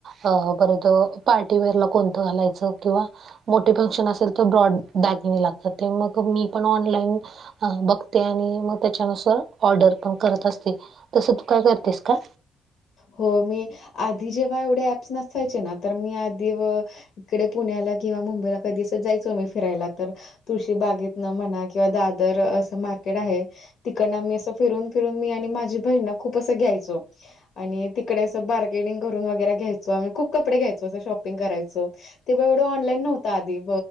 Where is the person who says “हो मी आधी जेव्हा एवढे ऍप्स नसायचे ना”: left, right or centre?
Left